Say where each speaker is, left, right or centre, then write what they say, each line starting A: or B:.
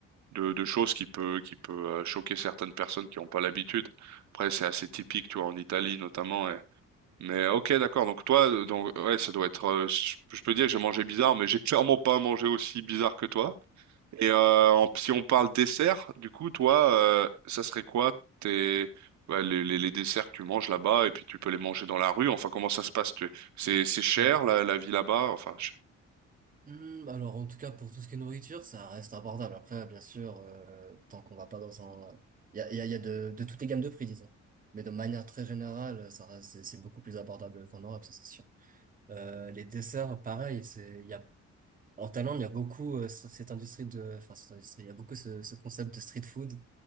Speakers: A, on the right; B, on the right.
A: de, de choses qui peut, qui peut euh, choquer certaines personnes qui n'ont pas l'habitude. Après, c'est assez typique, tu vois, en Italie notamment. Mais ok, d'accord. Donc toi, euh, donc ouais, ça doit être. euh, je je peux dire que j'ai mangé bizarre, mais j'ai clairement pas mangé aussi bizarre que toi. Et euh, en- si on parle dessert, du coup, toi, euh, ça serait quoi tes, ouais, les, les- les desserts que tu manges là-bas et puis tu peux les manger dans la rue. Enfin, comment ça se passe? tu- C'est c'est cher
B: Ouais.
A: la, la vie là-bas. Enfin, je-
B: Hum, alors en tout cas pour tout ce qui est nourriture, ça reste abordable. Après, bien sûr, euh, tant qu'on va pas dans un, il y a, il y a, il y a de, de toutes les gammes de prix, disons. Mais de manière très générale, ça reste, c'est c'est beaucoup plus abordable qu'en Europe, ça c'est sûr. Euh, les desserts, pareil, c'est, il y a, en Thaïlande, il y a beaucoup euh, c- cette industrie de, enfin cette industrie, il y a beaucoup ce, ce concept de street food, que